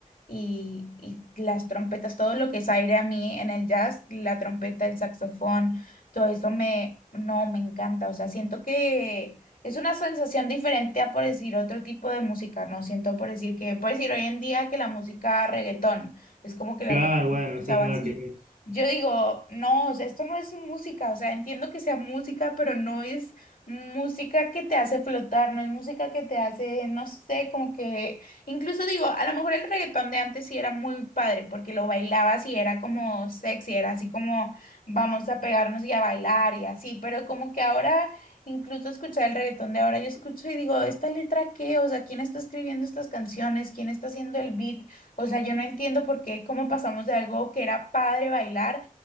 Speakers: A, on the left; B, on the right.
A: y, y las trompetas, todo lo que es aire a mí en el jazz, la trompeta, el saxofón, todo eso me, no, me encanta, o sea, siento que es una sensación diferente a por decir otro tipo de música, no siento por decir que, por decir hoy en día que la música reggaetón es como que la
B: Claro,
A: que
B: bueno,
A: escuchaba
B: sí, nada
A: así.
B: que ver.
A: Yo digo, no, o sea, esto no es música, o sea, entiendo que sea música, pero no es música que te hace flotar, no es música que te hace, no sé, como que, incluso digo, a lo mejor el reggaetón de antes sí era muy padre, porque lo bailabas y era como sexy, era así como vamos a pegarnos y a bailar y así, pero como que ahora, incluso escuchar el reggaetón de ahora, yo escucho y digo, ¿esta letra qué? O sea, ¿quién está escribiendo estas canciones? ¿Quién está haciendo el beat? O sea, yo no entiendo por qué, cómo pasamos de algo que era padre bailar.